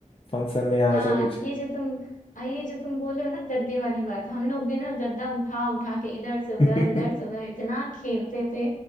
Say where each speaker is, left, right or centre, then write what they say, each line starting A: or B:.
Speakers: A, on the left (about 45°); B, on the left (about 75°).
A: फंक्शन में यहाँ
B: हाँ
A: ऐसा कुछ
B: ये
A: है।
B: जो तुम आ, ये जो तुम बोले हो ना गद्दे वाली बात हम लोग भी ना गद्दा उठा उठा के इधर से उधर
A: <laughs>
B: इधर से उधर इतना खेलते थे